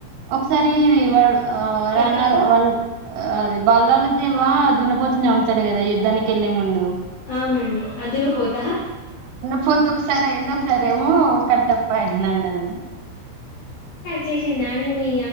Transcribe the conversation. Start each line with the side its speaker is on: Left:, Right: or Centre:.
Right: ఒకసారి ఇది వాడు
Left: కట్టప్ప
Right: రానా వాళ్ళు అది బల్లలుద్దేవా దున్నపోతు చమ్ముతాడు కదా యుద్ధానికి వెళ్లే ముందు
Left: అవునండి అది దున్న పోతా
Right: పోతే ఒకసారి ఎందొ ఒకసారి ఏమో కట్టప్ప ఎందండి అది
Left: చేసిండా అండి మీ